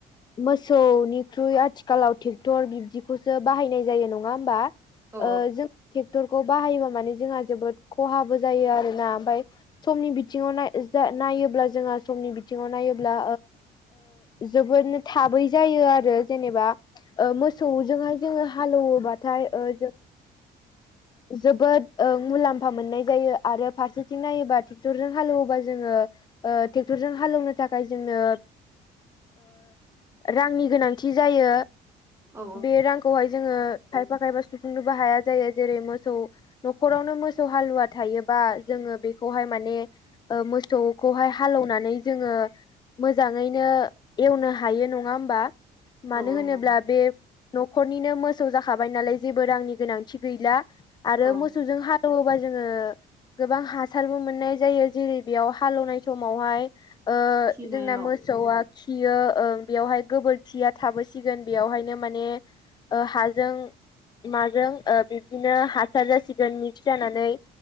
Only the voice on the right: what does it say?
औ
औ
औ औ
नंगौ
औ
खिनायाव